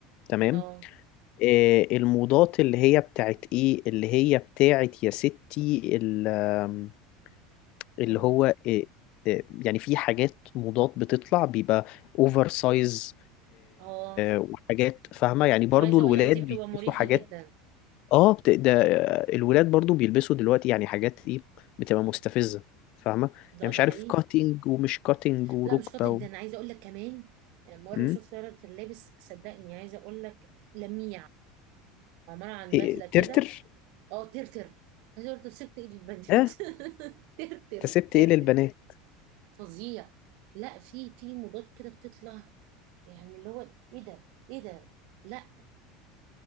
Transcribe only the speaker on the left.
تمام
آه، الموضات اللي هي بتاعت ايه اللي هي بتاعت يا ستي ال- آم،
اللي هو آه، آه، يعني في حاجات موضات بتطلع بيبقى اوفر سايز
وحاجات فاهمة يعني برضو
الولاد
بيلبسوا
حاجات
اه بت- ده آه، الولاد برضو بيلبسوا دلوقتي يعني حاجات ايه بتبقى مستفزة فاهمة
يعني مش
عارف
كاتنج ومش كاتنج وركبة
و...
مم؟
إيه
ترتر
اه
انت سبت
ايه للبنات